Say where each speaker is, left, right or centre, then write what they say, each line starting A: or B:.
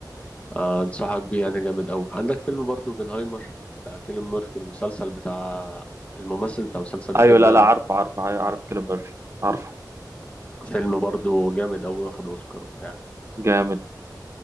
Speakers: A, on the left; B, on the right.
A: آه، انصحك بيه يعني جامد قوي عندك فيلم برضو اوبنهايمر بتاع كيليان ميرفي المسلسل بتاع الممثل بتاع مسلسل بيكي
B: ايوه
A: بلاند
B: لا لا عارف عارف عارف كيليان ميرفي عارفه
A: فيلم برضو جامد قوي واخد اوسكار وبتاع
B: جامد